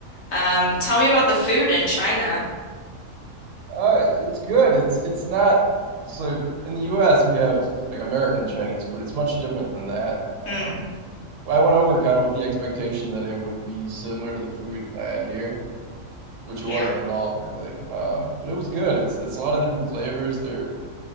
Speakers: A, on the left; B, on the right.
A: Um, tell me about the food in China.
B: Uh, it's good. It's it's not so in the US we have like American Chinese food. It's much different than that. Um,
A: Mm,
B: I went over kind of with the expectation that it would be similar to the food I had here, which it
A: yeah.
B: wasn't at all really. Um, but it was good. It's it's a lot of different flavors. They're